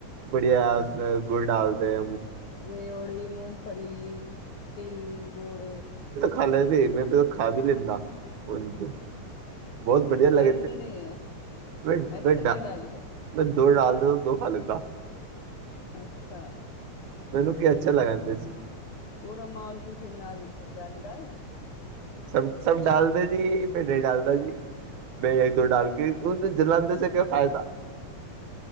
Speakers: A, on the right; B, on the left.
A: ਬੜੀਆ ਉਸੇ ਗੁੜ ਡਾਲਦੇ
B: ਰੇਓੜੀ ਮੋਫਲੀ ਲੀ ਤਿਲ ਗੁੜ
A: ਖ ਲੈ ਮੈਂ ਤੇ ਖਾ ਵੀ ਲੈਂਦੀ ਉ <unintelligible> ਬਹੁਤ ਬਧੀਆ ਲੱਗ
B: ਡਾਲਤੇ ਨਹੀਂ ਹੋ
A: ਮੈਂ
B: ਇੱਥੇ
A: ਮੈ
B: ਨਹੀਂ ਡਾਲਤੇ
A: ਦੋ ਡਾਲਦੇ ਦੋ ਖਾ ਲੱਗਾ
B: ਅੱਛਾ
A: ਮੈਨੂੰ ਕੀ ਅੱਛਾ ਲੱਗ ਜਾਂਦੇ ਸੀ
B: ਪੂਰਾ ਮਾਹੌਲ ਖੁਸ਼ੀ ਨਾਲਰ ਜਾਂਦਾ ਹੈ
A: ਸਭ ਸਭ ਡਾਲਦਾ ਜੀ ਮੈਂ ਨਹੀਂ ਡਾਲਦਾ ਜੀ ਮੈਂ ਇੱਕ ਦੋ ਡਾਲ ਕੇੂੰ ਜਲੰਦੇ ਕਿਆ ਫਾਇਦਾ